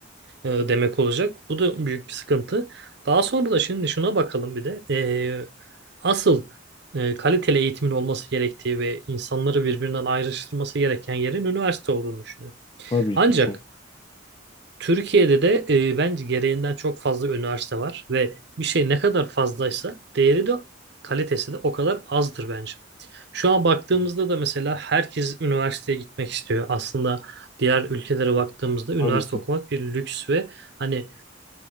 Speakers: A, on the right; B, on the left.
A: e, demek olacak. Bu da büyük bir sıkıntı. Daha sonra da şimdi şuna bakalım bir de. E, asıl e, kaliteli eğitimin olması gerektiği ve insanları birbirinden ayrıştırması gereken yerin üniversite olduğunu düşünüyorum.
B: Tabii
A: Ancak
B: ki çok.
A: Türkiye'de de e, bence gereğinden çok fazla üniversite var ve bir şey ne kadar fazlaysa değeri de kalitesi de o kadar azdır bence. Şu an baktığımızda da mesela herkes üniversiteye gitmek istiyor. Aslında diğer ülkelere baktığımızda üniversite
B: Tabii ki
A: okumak bir lüks ve hani